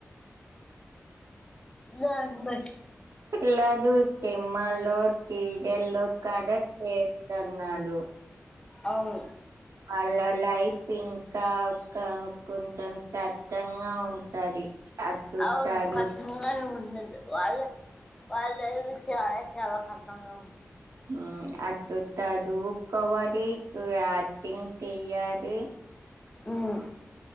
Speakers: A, on the left; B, on the right.
A: నాన్నబెట్టి
B: ఇలా చూస్తే మల్లోట్ టీ జెల్లో కాద చేతన్నాడు
A: అవును
B: వాళ్ళ లైట్ పింకా కా కొంచెం కష్టంగా ఉంటది అటు
A: అవురు
B: చదువు
A: కట్టంగానే ఉం వాళ్ళ వాళ్ళ చాల చాల కట్టంగా
B: ఆ అటు చదువుకోవాలి ఇటు యాక్టింగ్ చెయాలి
A: ఉమ్